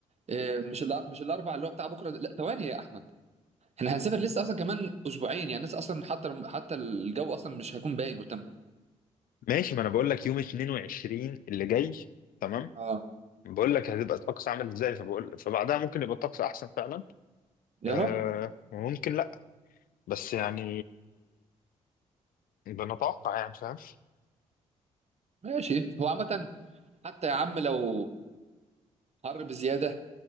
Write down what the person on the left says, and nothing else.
ماشي ما انا بقول لك يوم 22 اللي جاي تمام
بقول لك هتبقى الطقس عامل ازاي فبقول فبعدها ممكن يبقى الطقس احسن فعلا
آه
وممكن لا بس يعني بنتوقع يعني فاهم